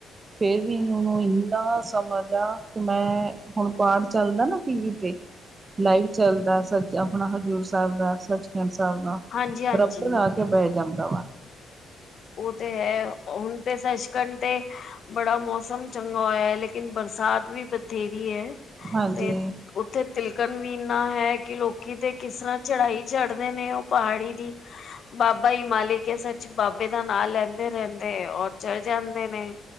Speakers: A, on the right (about 35°); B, on the left (about 50°).
A: ਫੇਰ ਵੀ ਓਨੀ ਇਨ ਏਦਾ ਸਮਝ ਆ ਕਿ ਮੈਂ ਹੁਨ ਪਾਠ ਚੱਲਦਾ ਨਾ ਟੀਵੀ ਤੇ ਲਾਈਵ ਚੱਲਦਾ ਸੱਚ ਆਪਨਾ ਹਜ਼ੂਰ ਸੈਬ ਦਾ, ਸੱਚ ਖੰਡ ਸਾਬ ਨਾ
B: ਹਾਂਜੀ-ਹਾਂਜੀ-ਹਾਂਜੀ।
A: ਬਰਾਬਰ ਆ ਕੇ ਬੈ ਜਾਂਦਾ ਵਾ।
B: ਓ ਤੇ ਐ ਹੁਨ ਤੇ ਸੱਚਖੰਤ ਤੇ ਬੜਾ ਮੌਸਮ ਚੰਗਾ ਹੋਏਆ ਲੇਕਿ ਲੇਕਿਨ ਬਰਸਾਤ ਵੀ ਬਥੇਰੀ ਹੈ,
A: ਹਾਂਜੀ
B: ਤੇ ਓਥੇ ਤਿਲਕਨ ਵੀ ਨਾਂ ਹੈ ਕਿ ਲੋਕੀ ਤੇ ਕਿਸ ਰਾ ਚੜਾਈ ਚੜਦੇ ਨੇ ਓ ਪਹਾੜੀ ਦੀ, ਬਾਬਾ ਈ ਮਾਲਿਕ ਏ ਸੱਚ ਬਾਬ ਹਾਂ ਲੈਂਦੇ ਰੈਂਦੇ ਓਰ ਚਰ ਜਾਂਦੇ ਨੇ।